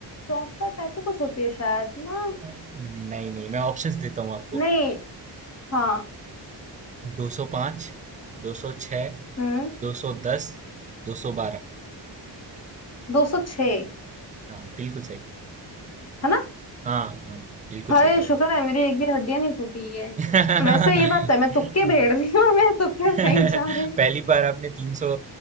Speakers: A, on the left; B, on the right.
A: चौसठ ऐसे कुछ होती है शायद ना
B: नहीं नहीं मैं ऑप्शंस देता हूँ आपको
A: नहीं हाँ
B: दो सौ पाँच दो सौ छः
A: हम्म
B: दो सौ दस दो सौ बारह
A: दो सौ छह
B: हाँ बिल्कुल सही
A: है ना
B: हाँ हाँ बिल्कुल
A: हाय
B: सही जवाब
A: शुक्र है मेरी एक भी हड्डियां नहीं टूटी है
B: <laughs>
A: वैसे ये बात है मैं तुक्के भेड़ रही हूँ मेरे तुक्के सही
B: पहली
A: जा रहे हैं
B: बार आपने तीन सौ